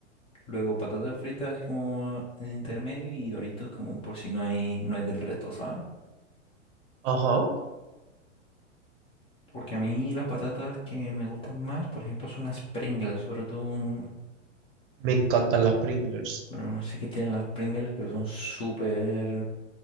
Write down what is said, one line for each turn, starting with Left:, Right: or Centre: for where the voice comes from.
Left: luego patatas fritas como en el intermedio y Doritos como por si no hay, no hay del resto, ¿sabes?
Right: Ajá.
Left: Porque a mí las patatas que me gustan más, por ejemplo, son las Pringles, bro. Tú,
Right: Me encantan las Pringles.
Left: bro, no sé qué tienen las Pringles, pero son súper...